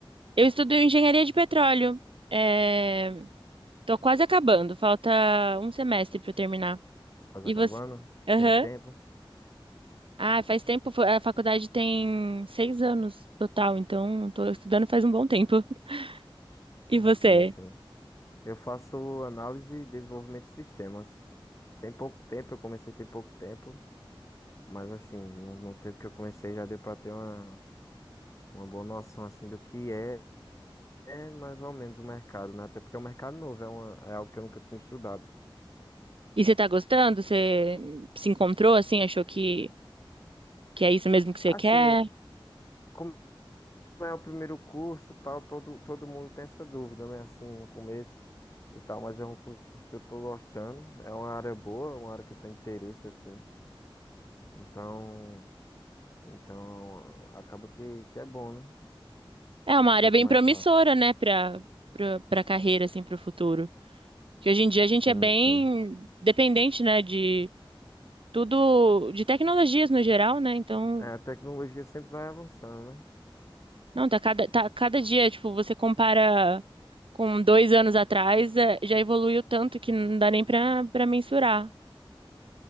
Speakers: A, on the right; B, on the left.
A: Eu estudo engenharia de petróleo. É... Tô quase acabando, falta um semestre para eu terminar.
B: Copacabana?
A: E você. Aham.
B: Tem tempo?
A: Ah, faz tempo. fo- A faculdade tem seis anos total, então tô estudando faz um bom tempo. <laughs> E você?
B: Sim, sim. Eu faço análise e desenvolvimento de sistemas. Tem pouco tempo, eu comecei tem pouco tempo, mas assim, no, no tempo que eu comecei já deu para ter uma, uma boa noção assim do que é, é mais ou menos o mercado, né? Até porque é um mercado novo, é, uma, é algo que eu nunca tinha estudado.
A: E você tá gostando? Você se encontrou assim? Achou que, que é isso mesmo que você
B: Assim,
A: quer?
B: como é o primeiro curso, tal, todo, todo mundo tem essa dúvida, né? Assim, no começo e tal, mas é um curso que eu tô gostando, é uma área boa, uma área que eu tenho interesse, assim. Então, então acaba que, que é bom, né?
A: É
B: Fica
A: uma área
B: um pouco
A: bem
B: mais
A: promissora,
B: fácil.
A: né, pra, pra, pra carreira, assim, pro futuro. Que hoje em dia a gente
B: Sim,
A: é bem
B: sim.
A: dependente, né, de tudo, de tecnologias no geral, né? Então,
B: É, a tecnologia sempre vai avançando, né?
A: não, tá cada, tá cada dia, tipo, você compara. com dois anos atrás, eh, já evoluiu tanto que não dá nem para para mensurar.